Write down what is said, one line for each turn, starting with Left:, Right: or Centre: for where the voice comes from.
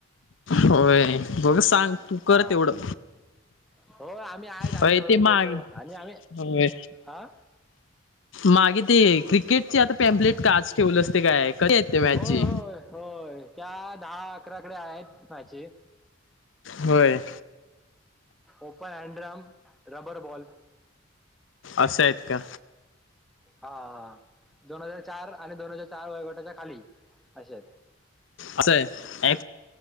Left: होय बघ सांग तू कर
Centre: हां
Left: तेवढं.
Centre: हो आम्ही आहेत आम्ही
Left: होय
Centre: करून
Left: ते
Centre: घेतो
Left: मागे
Centre: आणि आम्ही
Left: हो
Centre: हां
Left: मागे ते क्रिकेट. आता पॅम्पलेट काच ठेवल असते काय कशी य ते मॅची
Centre: होय होय होय त्या दहा अकराकडे आहेत माझी
Left: होय.
Centre: ओपन हँड्रम रबर बॉल
Left: असं आहेत का
Centre: हा हा दोन हजार चार आणि दोन हजार चार वयोगटाच्या खाली अशे
Left: असं आहे